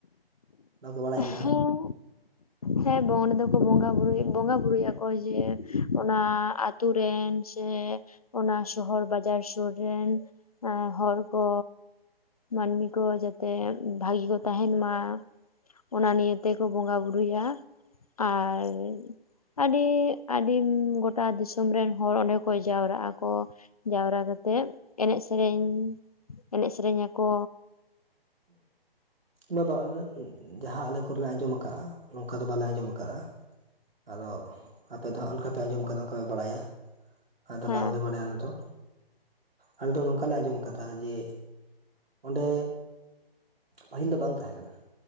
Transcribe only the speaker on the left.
ᱦᱮᱸ ᱦᱮᱸ ᱵᱚᱱ ᱫᱚᱠᱚ ᱵᱚᱸᱜᱟ ᱵᱩᱨᱩᱭᱟ ᱵᱚᱸᱜᱟ ᱵᱩᱨᱩᱭᱟᱠᱚ ᱡᱮ ᱚᱱᱟ ᱟᱛᱩ ᱨᱮᱱ ᱥᱮ ᱚᱱᱟ ᱥᱚᱦᱚᱨ ᱵᱟᱡᱟᱨ ᱥᱩᱨ ᱨᱮᱱ ᱮᱸ ᱦᱚᱲ ᱠᱚ ᱢᱟᱹᱱᱢᱤ ᱠᱚ ᱡᱟᱛᱮ ᱵᱷᱟᱜᱤ ᱠᱚ ᱛᱟᱦᱮᱱ ᱢᱟ, ᱚᱱᱟ ᱱᱤᱭᱮ ᱛᱮᱠᱚ ᱵᱚᱸᱜᱟ ᱵᱩᱨᱩᱭᱟ, ᱟᱨ ᱟᱹᱰᱤ ᱟᱹᱰᱤᱢ ᱜᱚᱴᱟ ᱫᱤᱥᱚᱢ ᱨᱮᱱ ᱦᱚᱲ ᱚᱸᱰᱮ ᱠᱚ ᱡᱟᱣᱨᱟᱜ ᱟᱠᱚ, ᱡᱟᱣᱨᱟ ᱠᱟᱛᱮᱜ ᱮᱱᱮᱡ ᱥᱮᱨᱮᱧ, ᱮᱱᱮᱡ ᱥᱮᱨᱮᱧ ᱟᱠᱚ᱾
ᱦᱮᱸ